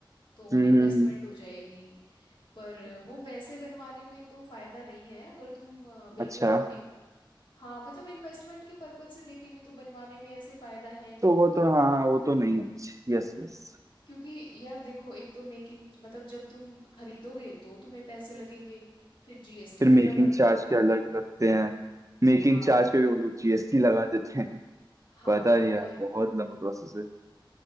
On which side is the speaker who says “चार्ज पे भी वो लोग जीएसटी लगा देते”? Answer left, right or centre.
Right